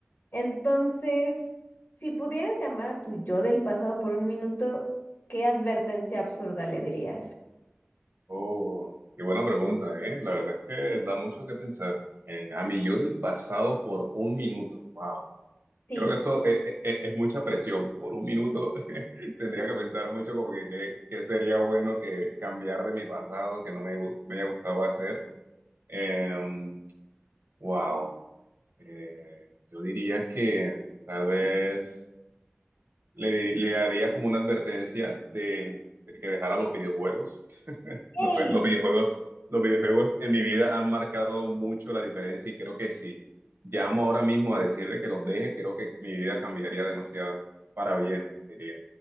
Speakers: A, on the left; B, on the right.
A: entonces, si pudieras llamar a tu yo del pasado por un minuto, ¿qué advertencia absurda le dirías?
B: Oh, qué buena pregunta, ¿eh? La verdad es que da mucho que pensar. Eh, a mí yo del pasado por un minuto, wow.
A: Sí,
B: Creo que esto eh, eh, eh, es, mucha presión. Por un minuto <laughs> tendría que pensar mucho como que qué qué sería bueno que cambiar de mi pasado que no me, gu- me haya gustado hacer. Em, wow. Eh, yo diría que tal vez le, di- le haría como una advertencia de de que dejara los videojuegos
A: Hey,
B: No sé, los videojuegos, los videojuegos en mi vida han marcado mucho la diferencia y creo que si llamo ahora mismo a decirle que los deje, creo que mi vida cambiaría demasiado para bien, diría.